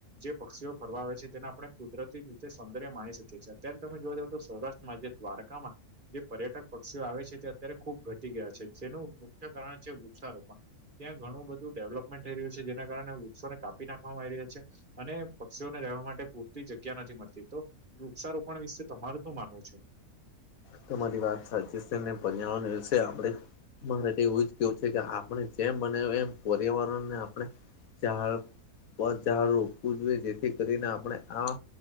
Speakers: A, on the right; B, on the left.
A: જે પક્ષીઓ ફરવા આવે છે તેને આપણે કુદરતી રીતે સૌંદર્ય માણી શકીએ છીએ. અત્યારે તમે જોવા જાવઓ તો સૌરાષ્ટ્રમાં જે દ્વારકામાં જે પર્યટક પક્ષીઓ આવે છે તે અત્યારે ખુબ ઘટી ગયા છે જેનું મુખ્ય કારણ છે વૃક્ષારોપણ. ત્યાં ઘણું બધું ડેવલપમેન્ટ થઈ રહ્યું છે જેના કારણે વૃક્ષોનેાપી નાખ માં આવી રહ્યા છે અને પક્ષીઓને રહેવા માટે પૂરતી જગ્યા નથી મળતી. તો વૃક્ષારોપણ વિશે તમાર શ માનવું છે?
B: તમારી વાત સાચી છે ને પર્યાવરણશે આપણે મારે એવું જ કેવું છે કે આપણે જેમ બને એમ પર્યાવરણ ને આપણે ઝ ઝાડ રોપવું જોઈએ જેથી કરીને આપણે આ